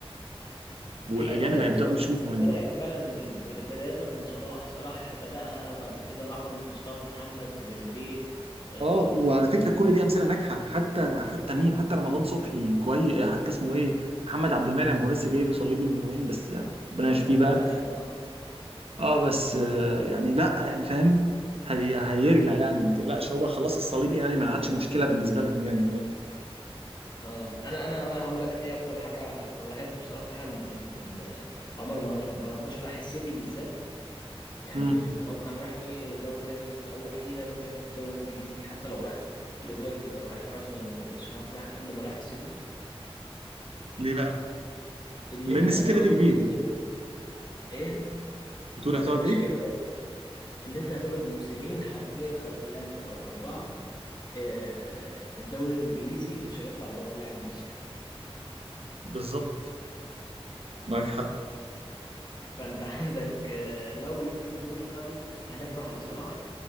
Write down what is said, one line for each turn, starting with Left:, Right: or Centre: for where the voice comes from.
Right: والاجانب
Left: هي بدأت
Right: هيبداوا
Left: يعني
Right: يشوفوا
Left: بدأت
Right: هنا
Left: فعلا من- بد- بداية من صلاح صلاح بدأها بعد كده راحوا لمصطفى محمد تريزيجيه آه،
Right: اه وعلى فكره كل دي امثله ناجحه حتى حتى مين حتى رمضان صبحي كويس حتى اسمه ايه محمد عبد المنعم هو لسه جاي له صليبي من يومين بس ربنا
Left: محمد
Right: يشفيه بقى
Left: عبد المنعم اه
Right: اه بس آه، يعني لا يعني فاهم هي هيرجع يعني ما تقلقش هو خلاص الصليبي يعني ما عادش مشكله بالنسبه لهم يعني هناك
Left: اه انا انا بقى هقول لك ايه اكتر حاجه فرحتني بصراحه ان ان إن عمر مرموش مرموش راح السيتي بالذات يعني
Right: امم
Left: لو كان راح اي دوري تاني مثلا او اي نادي تاني في الدوري الانجليزي حتى لو راح اليونايتد لو راح ارسنال ما كنتش هفرح قد ما راح السيتي
Right: ليه بقى
Left: ان
Right: لان
Left: انت
Right: السيتي
Left: هتقعد
Right: نادي
Left: موسمين
Right: كبير يعني
Left: ايه
Right: بتقول
Left: م-
Right: هتقعد
Left: مش
Right: ايه
Left: كده ان انت هتقعد موسمين حرفيا او ثلاثة او اربعة آه، الدوري الانجليزي مش هيطلع بره لاعب مصري
Right: بالظبط معاك حق
Left: فانت <laughs> عندك آه، لو ليفربول خدوا هنفرح لصلاح